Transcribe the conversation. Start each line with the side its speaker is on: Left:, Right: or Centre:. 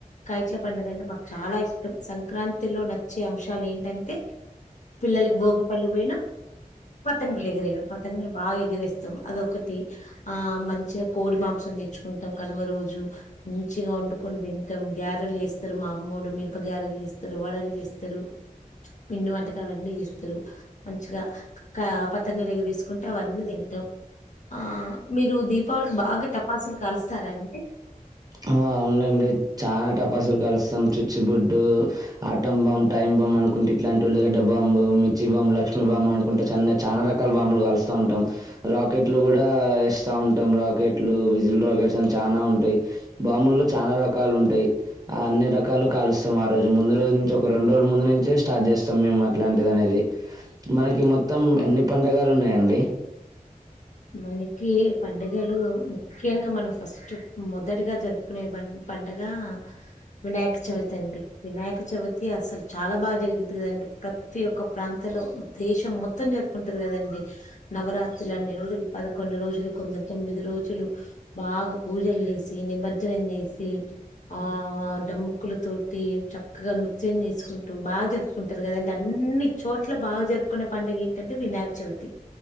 Left: కట్ల పండగ అంటే మాకు చాలా ఇష్టం సంక్రాంతి లో నచ్చే అంశాలు ఏంటంటే పిల్లకి భోగి పల్లు పోయినా పతంగిల్ ఎగిరేయడం పతంగిలు బాగా ఎగరేస్తాం అదొకటి ఆ మంచిగా కోడి మాంసాం తెచ్చుకుంటాం కనుమ రోజు మంచిగా ఒండుకొని తిం టాం గ్యారెలు జెస్తారు మా అమ్మొలు మిరప గ్యారెలు జెస్తారు వడలు జెస్తారు పిండి వంట కలన్నీ జెస్తారు మంచిగా కా పతంగులు ఎగరేస్కుంట అవన్నీ తింటాం ఆ మీరు దీపావళికి బాగా టపాసులు కలుస్తారా అండి
Right: ఆ అవునండి చానా టపాసులు కలుస్తాం చిచ్చు బుడ్డు ఆటం బాంబ్ టైమ్ బాంబ్ అనుకుంటా ఇట్లాంటి ఉళ్ళిగడ్డ బాంబు మిచ్చి బాంబ్ లక్ష్మిీ బాంబ్ అనుకుంటా చెన్న చానా రకాల బాంబులు కలుస్తా ఉంటాం రాకెట్లు గూడా ఏస్తా ఉంటాం రాకెట్లు విజిల్ రాకెట్స్ అని చానా ఉంటై బాంబుల్లో చానా రకాలు ఉంటాయి ఆ అన్ని రకాలు కాలుస్తాం ఆరోజు ముందు రోజు నుంచి ఒక రోన్ రోల ముందు నుంచే స్టార్ట్ జెస్తాం మేము అట్లాంటిది అనేది మనకి మొత్తం ఎన్ని పండగలు ఉన్నాయండి
Left: మనకి పండగలు ముఖ్యంగా మనం ఫస్ట్ మొదటిగా జరుపుకునే మన పండగ వినాయక్ చవితి అండి వినాయక చవితి అసలు చాలా బాగా జరుగుతదండి ప్రతి ఒక్క ప్రాంతంలో దేశం మొత్తం జరుపుకుంటది కదండి నవరాత్రులు అన్ని రోజులు పదకొండు రోజులు కొందరు తొమ్మిది రోజులు బాగా పూజలు చేసి నిమజ్జనం చేసి ఆ డముక్కుల తోటి చక్కగా నృత్యం చేసుకుంటూ బాగా జరుపు కుంటారు కదండి అన్ని చోట్ల బాగా జరుపుకునే పండుగ ఏంటంటే వినాయక చవితి